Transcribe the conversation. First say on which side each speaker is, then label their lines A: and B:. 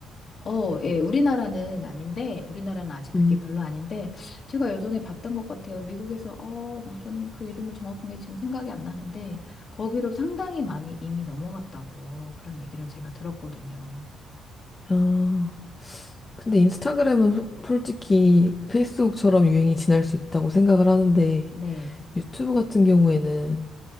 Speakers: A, on the left; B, on the left.
A: 어, 예, 우리나라는 아닌데, 우리나라는 아직 그게
B: 음.
A: 별로 아닌데, 제가 예전에 봤던 것 같아요. 미국에서, 어, 무슨 그 이름을 정확한 게 지금 생각이 안 나는데, 거기로 상당히 많이 이미 넘어갔다고 그런 얘기를 제가 들었거든요.
B: 아, 근데 인스타그램은 소- 솔직히 페이스북처럼 유행이 지날 수 있다고 생각을 하는데
A: 네.
B: 유튜브 같은 경우에는